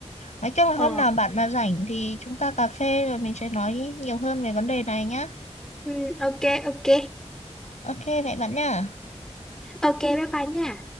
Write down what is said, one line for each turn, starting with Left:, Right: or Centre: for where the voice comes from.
Left: nói chung là hôm
Centre: ờ
Left: nào bạn mà rảnh thì chúng ta cà phê rồi mình sẽ nói nhiều hơn về vấn đề này nhá
Centre: ừ ok ok
Left: ok vậy bạn nhá
Centre: Ờ, ok bye bye nha